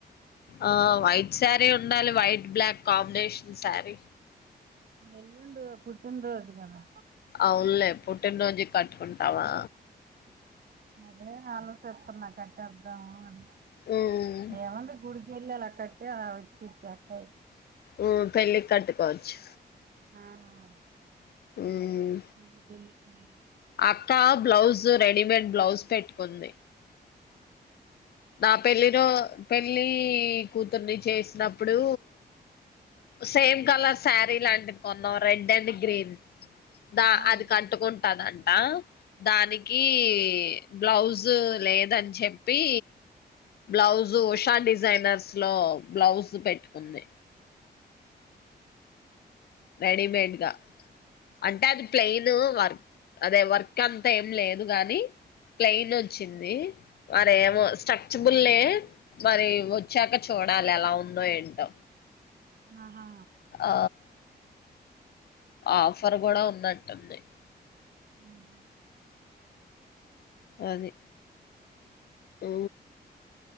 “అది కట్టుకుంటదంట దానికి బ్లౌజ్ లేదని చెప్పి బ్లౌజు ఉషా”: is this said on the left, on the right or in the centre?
Left